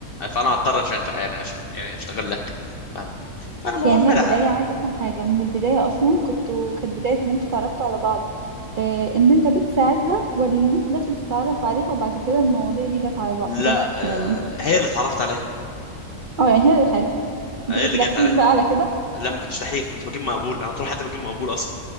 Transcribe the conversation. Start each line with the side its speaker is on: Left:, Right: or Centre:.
Left: فانا اضطر اشغل يعني أشتغل يعني اشتغل لها فاهمه فالمهم
Right: يعني هي البداية
Left: لا,
Right: عايزة افهم حاجة من البداية اصلا كنتوا كانت بداية ان انتوا تعرفتوا على بعض اه ان انت بتساعدها ولا ان انت داخل تتعرف عليها وبعد كده المواضيع دي جت على بعض
Left: لا
Right: جت
Left: آه،
Right: يعني
Left: هي اللي اتعرفت عليها
Right: اه يعني هي اللي دخلت لك انت
Left: هي
Right: كنت
Left: اللي
Right: دحيح
Left: جت عليها
Right: بقى على كده
Left: لا ما كنتش دحيح كنت بجيب مقبول انا طول حياتي بجيب مقبول اصلا